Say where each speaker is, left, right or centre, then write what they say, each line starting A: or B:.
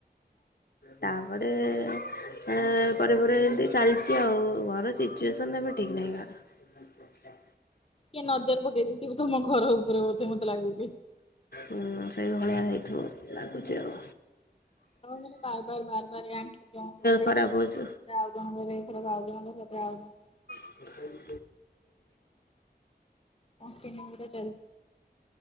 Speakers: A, on the left (about 65°); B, on the left (about 35°).
A: ତାପରେ। ଏ ପରେ ପରେ ଏମିତି ଚାଲିଛି ଆଉ ଘର ସିଚୁଏସନ ଏବେ ଠିକ ନାହିଁ କାହାର। ଛା
B: କିଏ ନଜର ପକେଇ ଦେଇଥିବେ ତମ ଘର ଉପରେ ବୋଧେ ମତେ ଲାଗୁଛି।
A: ହୁଁ ସେଇ ଭଳିଆ ହେଇଥିବ ଲାଗୁଛି ଆଉ।
B: ହଁ ମାନେ ବାର ବାର ବାର ବାର ୟାଙ୍କ ଜଣଙ୍କ ଦେହ
A: ଖରାପ
B: ତା
A: ହଉଛି
B: ପରେ ଆଉ ଜଣଙ୍କ ଦେହ ଆଉ ଜଣଙ୍କର ତା ପରେ ଆଉ ଜଣଙ୍କ ର।
A: ହୁଁ। ହଁ
B: କଣ୍ଟିନ୍ୟୁ ପୁରା ଚାଲିଛି।